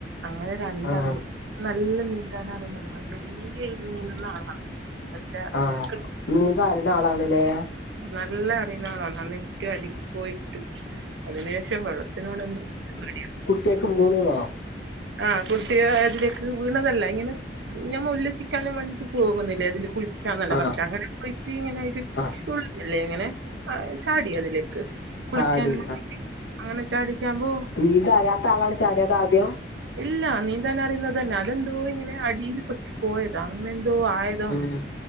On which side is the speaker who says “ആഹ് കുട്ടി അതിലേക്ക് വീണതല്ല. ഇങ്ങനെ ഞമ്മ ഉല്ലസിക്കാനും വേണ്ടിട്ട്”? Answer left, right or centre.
Right